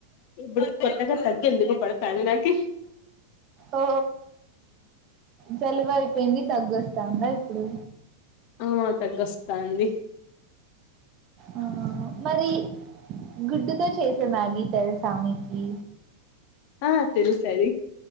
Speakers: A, on the left (about 45°); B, on the right (about 35°).
A: కొత్తగా తగ్గు ఎందుకో పడతంది నాకి
B: ఓ జలుబు అయిపోయింది తగ్గొస్తాందా ఇప్పుడు
A: ఆ తగ్గు వస్తన్ది
B: ఆ, మరి గుడ్డుతో చేసే మ్యాగి తెల్సా మికి
A: ఆ తెలుసది